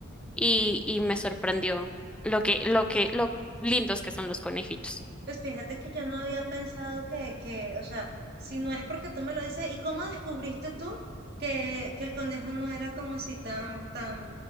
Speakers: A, in the centre; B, on the right.
A: y, y me sorprendió lo que, lo que, lo lindos que son los conejitos,
B: Pues fíjate que yo no había pensado que, que, o sea, si no es porque tú me lo dices, ¿y cómo descubriste tú que, que el conejo no era como así tan, tan,